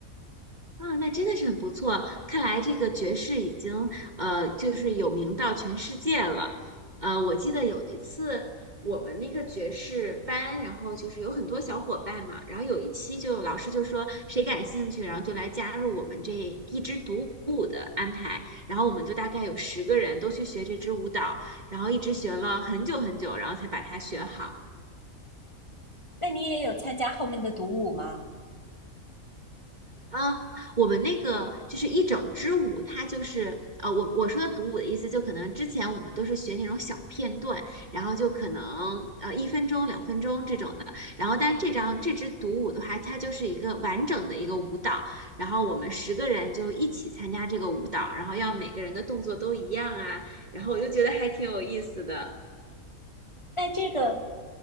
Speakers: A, on the right; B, on the left.
A: 啊，那真的是很不错。看来这个爵士已经呃，就是有名到全世界了。呃，我记得有一次我们那个爵士班，然后就是有很多小伙伴嘛，然后有一期就老师就说谁感兴趣，然后就来加入我们这一支独舞的安排。然后我们就大概有十个人都去学这支舞蹈，然后一直学了很久很久，然后才把它学好。
B: 那你也有参加后面的独舞吗？
A: 啊，我们那个就是一整支舞，它就是呃，我我说的独舞的意思，就可能之前我们都是学那种小片段，然后就可能呃一分钟、两分钟这种的，然后但是这张这支独舞的话，它就是一个完整的一个舞蹈，然后我们十个人就一起参加这个舞蹈，然后要每个人的动作都一样啊，然后我就觉得还挺有意思的。
B: 那这个